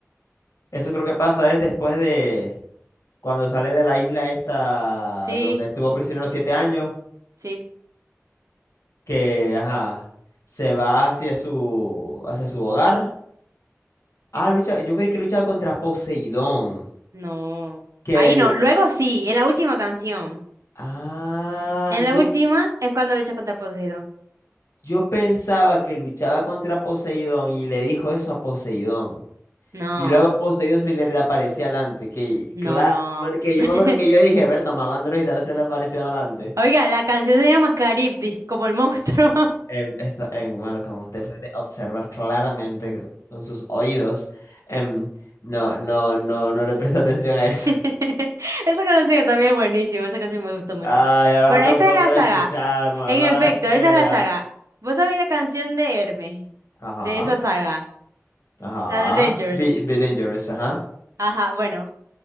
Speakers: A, on the left; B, on the right.
A: Eso creo que pasa es después de cuando sale de la isla esta
B: Sí,
A: donde estuvo prisionero siete años,
B: sí.
A: que ajá, se va hacia su, hacia su hogar. Ah, lucha, yo creí que luchaba contra Poseidón,
B: No.
A: que
B: Ahí
A: el
B: no. Luego sí, en la última canción.
A: ah,
B: En la
A: yo,
B: última es cuando lucha contra Poseidón.
A: yo pensaba que luchaba contra Poseidón y le dijo eso a Poseidón.
B: No,
A: Y luego poseído se le reaparecía adelante. Que
B: no,
A: claro,
B: no.
A: porque yo
B: <laughs>
A: me acuerdo que yo dije, Berta, malandro y ahora se le aparecía adelante.
B: Oiga, la canción se llama Caribdis, como el monstruo.
A: En esto, en, bueno, como usted puede observar claramente con sus oídos, em, no, no, no, no le presta <laughs> atención a eso.
B: <laughs> Esa canción también es buenísima, esa canción me gustó mucho.
A: Ay, ahora
B: Bueno,
A: la tengo
B: esa
A: que volver
B: es la saga.
A: a escuchar, malvada
B: En efecto,
A: sea.
B: esa es la saga. ¿Vos sabés la canción de Hermes?
A: Ajá,
B: De esa saga,
A: ajá.
B: la de Dangers.
A: Be, be dangerous, ajá.
B: Ajá, bueno.